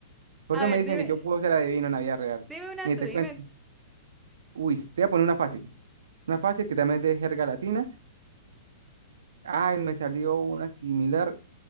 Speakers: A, on the right; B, in the centre.
A: Por
B: A
A: eso
B: ver,
A: me dicen
B: dime,
A: que yo puedo ser adivino en la vida real.
B: dime una
A: Mire,
B: tú,
A: te
B: dime.
A: cuento. Uy, te voy a poner una fácil. Una fácil que también es de jerga latinas. Ay, me salió una similar.